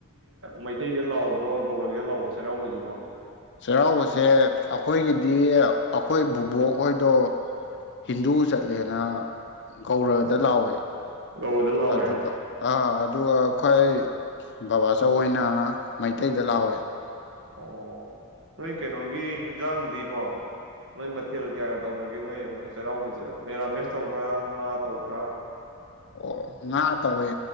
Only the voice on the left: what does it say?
ꯆꯩꯔꯥꯎꯕꯁꯦ ꯑꯩꯈꯣꯏꯒꯤ ꯗꯤ ꯑꯩꯈꯣꯏ ꯚꯨꯕꯣꯛ ꯍꯣꯏꯗꯣ ꯍꯤꯟꯗꯨ ꯆꯠꯂꯦꯅ ꯒꯧꯔꯗ
ꯂꯥꯎꯋꯦ
ꯑꯗꯨꯒ ꯑ ꯑꯗꯨꯒ ꯈ꯭ꯋꯥꯏ ꯕꯕꯥꯆꯧ ꯍꫭꯏꯅ ꯃꯩꯇꯩꯗ ꯂꯥꯛꯋꯦ
ꯑꯣ ꯉꯥ ꯇꯧꯋꯦ